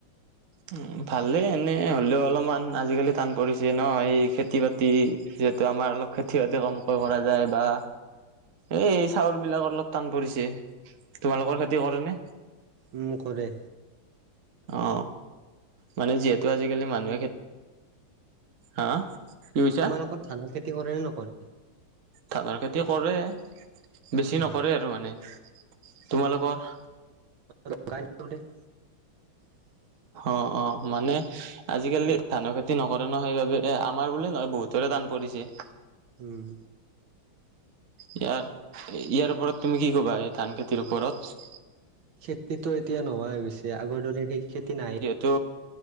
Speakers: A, on the right; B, on the right.
A: উম ভালে এনে হলেও অলপমান আজিকালি টান পৰিছে ন এই খেতি - বাতি যিহেতু আমাৰ অলপ খেতি -বাতি কম কৈ কৰা যায় বা এই চাউলবিলাক অলপ টান পৰিছে, তোমালোকৰ খেতি কৰে নে?
B: ওম কৰে।
A: অ। মানে যিহেতু আজিকালি মানুহে খে, হা কি কৈছা?
B: তোমালোকৰ ধানৰ খেতি কৰে নে নকৰে?
A: ধানৰ খেতি কৰে, বেছি
B: উম
A: নকৰে আৰু মানে তোমালোকৰ?
B: দে <unintelligible> উম <inaudible>
A: অ অ মানে আজিকালি ধানৰ খেতি নকৰে ন সেইবাবে এ আমাৰ বুলিয়ে নহয় বহুত তৰে টান পৰিছে।
B: উম।
A: ইয়াৰ - ইয়াৰ ওপৰত তুমি কি কবা এই ধান খেতিৰ ওপৰত?
B: সেইটো এতিয়া নোহোৱা গৈছে আগৰ দৰে সেই খেতি নাই
A: তো